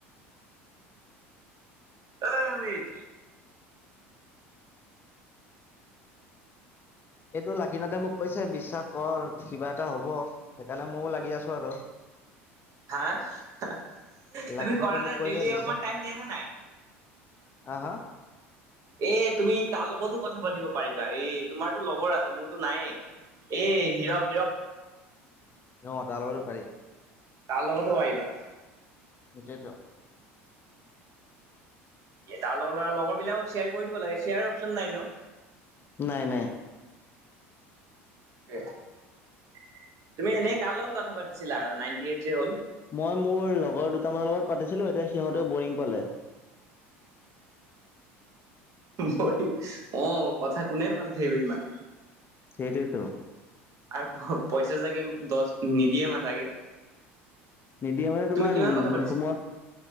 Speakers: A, on the right; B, on the left.
A: <unintelligible> আমিত।
B: এইটো লাকিনাতে মোক কৈছে বিশ্বাস কৰ কিবা এটা হব। সেইকাৰণে ময়ো লাগি আছো আৰু।
A: হা তুমি
B: লাকিনাথে
A: কৰা
B: মোক
A: নে
B: কৈছে
A: ডেইলি
B: বিশ্বাস
A: অকমান টাইম দিয়া নে নাই।
B: হা হা।
A: এ তুমি তাৰ লগতো কথা পাতিব পাৰিবা এ তোমাৰতো লগৰ আছে মোৰতো নাই। এ হিৰক
B: অ' তাৰ লগতো পাৰি।
A: তাৰ লগতো পাৰিবা
B: সেইটো
A: তাৰ লগৰা লগৰ বিলাকক শ্বেয়াৰ দিব লাগে শ্বেয়াৰ অপশচন নাই ন।
B: নাই নাই।
A: তুমি এনেই কাৰ লগত কথা পাতিছিলা নাইনটি এইট যে হ'ল।
B: মই মোৰ লগৰ দুটামানৰ লগত পাতিছিলো এতিয়া সিহঁতেও বৰিং পালে।
A: বৰিং অ 'কথা কোনে পাতি থাকিব ইমান।
B: সেইটোৱেতো।
A: আৰু পইচা চাগে দহ নিদিয়ে ন চাগে।
B: নিদিয়ে মানে তোমাৰ
A: তুমি কিমান কথা পাতিছিলা
B: সোমোৱা